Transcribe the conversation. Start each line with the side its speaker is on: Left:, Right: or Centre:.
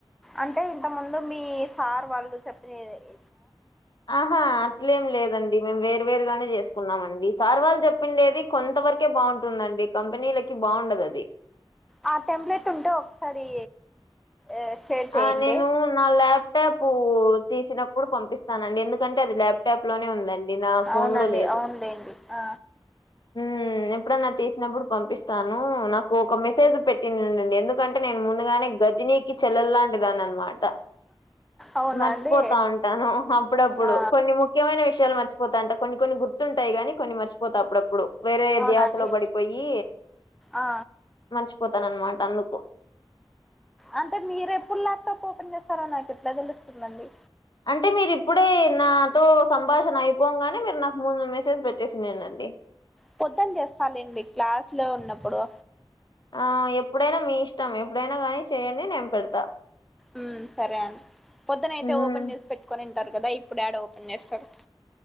Centre: అంటే ఇంత ముందు మీ సార్ వాళ్ళు చెప్పిని <unintelligible>
Left: ఆహా అట్లేం లేదండి మేము వేరు వేరుగానే చేసుకున్నామండి సార్ వాళ్ళు చెప్పిండేది కొంత వరకే బావుంటుందండి కంపెనీలకి బావుండదు అది
Centre: ఆ టెంప్లేట్ ఉంటే ఒకసారి ఇ షేర్ చేయండి
Left: ఆ నేను నా ల్యాప్టాప్ తీసినప్పుడు పంపిస్తానండి ఎందుకంటే అది ల్యాప్టాప్ లోనే ఉందండి అది నా ఫోన్
Centre: అవునండి
Left: లో లేదు
Centre: అవునులేండి ఆ
Left: ఉ ఎప్పుడన్నా తీసినప్పుడు పంపిస్తాను నాకు ఒక మెసేజ్ పెట్టిండండి ఎందుకంటే నేను ముందుగానే గజనీకి చెల్లెల్లాంటిదని అనమాట
Centre: అవునా
Left: మర్చిపోతా
Centre: అండి
Left: ఉంటాను అప్పుడప్పుడు
Centre: ఆ
Left: కొన్ని ము ముఖ్యమైన విషయాలు మర్చిపోతాంట కొన్ని కొన్ని గుర్తుంటాయి కానీ కొన్ని మర్చిపోతా అప్పుడప్పుడు వేరే
Centre: అవునండి
Left: ధ్యాసలో పడిపోయి
Centre: ఆ
Left: మర్చిపోతాననమాట అందుకు
Centre: అంటే మీరు ఎప్పుడు ల్యాప్టాప్ ఓపెన్ చేస్తారో నాకు ఎట్లా తెలుస్తుందండి
Left: అంటే మీరు ఇప్పుడే నాతో సంభాషణ అయిపోంగానే మీరు నాకు మూందు మెసేజ్ పెట్టేసిండండి
Centre: పొద్దున చేస్తాలేండి క్లాస్ లో ఉన్నప్పుడు
Left: ఆ ఎప్పుడైనా మీ ఇష్టం ఎప్పుడైనా కానీ చేయండి నేను పెడతా
Centre: ఉ సరే అండి పొద్దున అయితే
Left: హ్మ్
Centre: ఓపెన్ చేసి పెట్టుకొనింటారు కదా ఇప్పుడు యాడ ఓపెన్ చేస్తారు